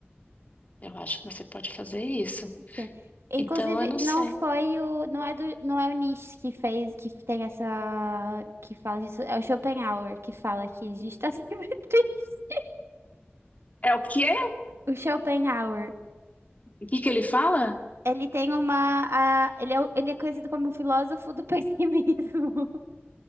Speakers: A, on the left (about 35°); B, on the right (about 80°).
A: Eu acho que você pode fazer isso.
B: Sim. Inclusive,
A: Então, eu não
B: não
A: sei.
B: foi o. Não é, do, não é o Nietzsche que fez, que tem essa. que fala disso. É o Schopenhauer que fala que a gente tá sempre <laughs> triste.
A: É o quê?
B: O Schopenhauer.
A: O que que ele fala?
B: Ele tem uma. a- ele, é, o- ele é conhecido como o filósofo do pessimismo. <laughs>